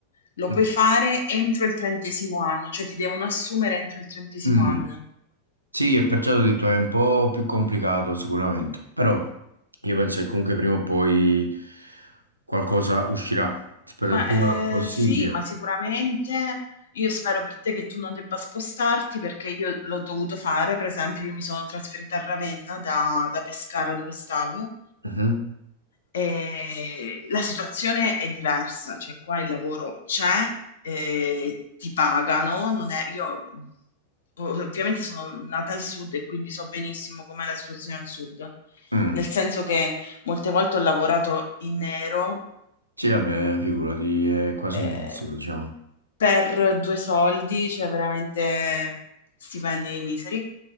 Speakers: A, on the left (about 60°); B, on the right (about 85°).
A: lo
B: Mhm.
A: puoi fare entro il trentesimo anno, cioè ti devono assumere entro il trentesimo
B: Mm,
A: anno.
B: Sì, e perciò ho detto è un po' più complicato sicuramente, però io penso che comunque prima o poi qualcosa uscirà, spero
A: Ma,
B: il prima
A: ehm,
B: possibile.
A: sì, ma sicuramente io spero per te che tu non debba spostarti, perché io l'ho dovuto fare, per esempio io mi sono trasferita a Ravenna da da Pescara dove stavo,
B: Mhm.
A: ehm, la situazione è diversa, cioè qua il lavoro c'è, ehm, ti pagano, non è io, mhmm, o ovviamente sono nata al sud e quindi so benissimo com'è la situazione al sud,
B: Mm.
A: nel senso che molte volte ho lavorato in nero
B: Sì, vabbè, figurati, è quasi
A: Ehm,
B: impossibile, diciamo.
A: per 2 soldi, cioè veramente stipendi miseri.